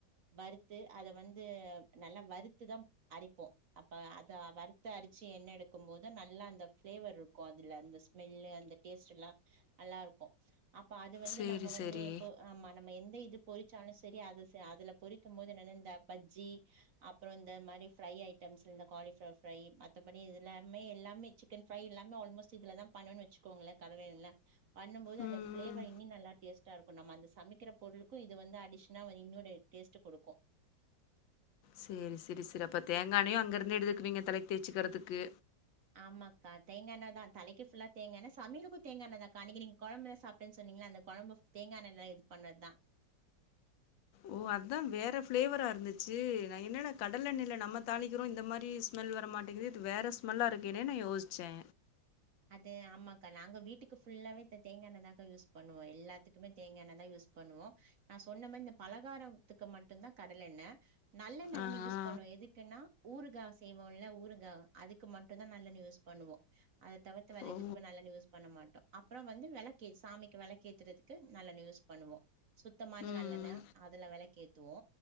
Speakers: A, on the right (about 50°); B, on the left (about 85°).
A: வறுத்து அத வந்து நல்லா வறுத்துதா அரைப்போ அப்ப அத வறுத்து அரைச்சு எண்ணெ எடுக்கும் போதுதா நல்லா அந்த ஃபிளேவர் இருக்கு அதுல அந்த ஸ்மெல்லு அந்த டேஸ்ட்டுல்லா நல்லா இருக்கு அப்ப அது வந்து
B: சரி,
A: நம்ம வந்து
B: சரி.
A: இப்ப ஆமா நா நம்ம எந்த இது பொரிச்சாலு சரி அது அதுல பொரிக்கும் போது என்னனா இந்த பஜ்ஜி அப்றோ இந்த மாரி ஃப்ரை ஐட்டம்ஸ் இந்த காலிஃப்ளவர் ஃப்ரை மத்தபடி இது எல்லாமே எல்லாமே சிக்கன் ஃப்ரை எல்லாமே ஆல்மோஸ்ட் இதுலதா பண்ணணுன் வச்சுக்கோங்களே கடல எண்ண பண்ணும்போது அந்த
B: ம்,
A: ஃப்ளேவர்
B: ம்.
A: இன்னு நல்லா டேஸ்ட் டா இருக்கு நம்ம அந்த சமைக்கிற பொருளு க்கு இது வந்து அடிஷனா இன்னொரு டேஸ்ட்ட குடுக்கு
B: சேரி செரி செரி அப்ப தேங்கா எண்ணெயு அங்க இருந்து எடுத்துக்குவீங்க தலைக்கி தேச்சுக்கிறதுக்கு
A: ஆமாக்கா தேங்கா எண்ணெதா தலைக்கு ஃபுல்லா தேங்கா எண்ணெ சமையலுக்கு தேங்கா எண்ணதாக்கா அன்னைக்கி நீங்க கொழம்புல்லா சாப்ட்டேன்னு சொன்னீங்கல்ல அந்த கொழம்பு தேங்கா எண்ணைல இது பண்ணதுதா
B: ஓ அதா வேற ஃபிளேவரா இருந்துச்சு நா என்னடா கடல எண்ணெயில நம்ம தாளிக்கிறோ இந்த மாரி ஸ்மெல் வர மாட்டேங்குது இது வேற ஸ்மெல்லா இருக்கேன்னுன்னு யோசிச்சே
A: அது ஆமாக்கா நாங்க வீட்டுக்கு ஃபுல்லாவே இந்த தேங்கா எண்ணதாக்கா யூஸ் பண்ணுவோ எல்லாத்துக்குமே தேங்காய் எண்ணைதா யூஸ் பண்ணுவோ நா சொன்ன மாரி இந்த பலகாரத்துக்கு மட்டும்தா கடல எண்ணெ நல்லெண்ண
B: ஆ
A: வந்து யூஸ்
B: ஆ
A: பண்ணுவ எதுக்குன்னா ஊறுகா செய்வோம் இல்ல ஊறுகா அதுக்கு மட்டும்தா நல்லெண்ணெ யூஸ் பண்ணுவோ தவிர்த்து வேற
B: ஓ
A: எதுக்குமே நல்லெண்ண யூஸ் பண்ண மாட்டோ அப்புற வந்து வெளக்கு சாமிக்கு வெளக்கேத்துறதுக்கு நல்லெண்ணெ யூஸ் பண்ணுவோ சுத்தமான
B: ம்
A: நல்லெண்ண அதுல வெளக்கேத் துவோ